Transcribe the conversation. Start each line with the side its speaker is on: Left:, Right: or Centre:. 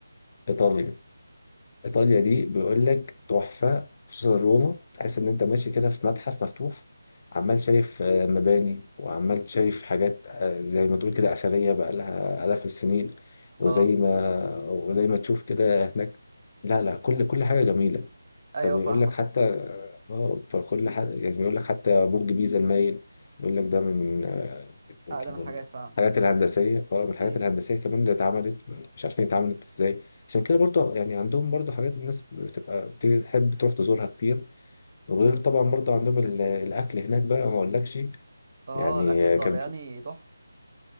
Left: إيطاليا إيطاليا دي بيقول لك تحفة خصوصا روما تحس إن أنت ماشي كده في متحف مفتوح عمال شايف آه، مباني وعمال شايف حاجات آه، زي ما تقول كده أثرية بقى لها آلاف السنين وزي
Right: اه
Left: ما وزي ما تشوف كده هناك لا لا كل كل حاجة جميلة
Right: ايوه
Left: طب يقول
Right: فاهمك
Left: لك حتى اه فكل حد يعني بيقول لك حتى برج بيزا المايل يقول لك ده من آه، من
Right: اقدم الحاجات
Left: من
Right: فعلا
Left: الحاجات الهندسية اه من الحاجات
Right: ايوه
Left: الهندسية كمان اللي اتعملت مش عارفين اتعملت ازاي عشان كده برضه يعني عندهم برضه حاجات الناس بتبقى تحب تروح تزورها كتير وغير طبعا برضه عندهم ال- الأكل هناك بقى ما أقولكش
Right: اه
Left: يعني
Right: الاكل الطلياني
Left: كان
Right: تحفة